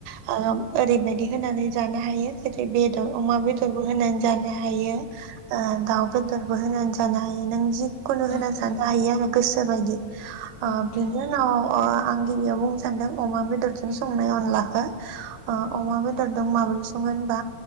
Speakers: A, on the right; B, on the left.
A: <unintelligible> बायदि होनानै जानो हायो। बेदर अमा बेदरबो होनानै जानो हायो ओ दाउ
B: नंगौ
A: बेदरबो होनानै ज जानो हायो नों जि खुनु
B: औ
A: होना जानो
B: औ
A: हायो आरो गोसो बेबायदि ओ
B: नोंथां
A: बिदि उनाव ओ आं गिबियाव बुंनो सान्दों अमा बेदरजों
B: औ
A: संनाय अनलाखो आ
B: औ
A: अमाब दरदोंं माबोर संनो